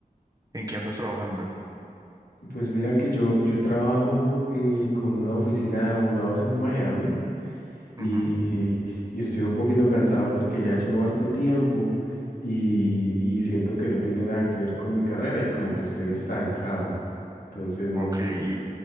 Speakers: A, on the right; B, on the left.
A: ¿En qué andas trabajando?
B: Pues mira que yo, yo trabajo eh, con una oficina de abogados en Miami y,
A: Ujú,
B: y estoy un poquito cansado porque ya llevo harto tiempo y, y siento que no tiene nada que ver con mi carrera y como que estoy estancado. Entonces, no
A: Ok,
B: sé.
A: ¿y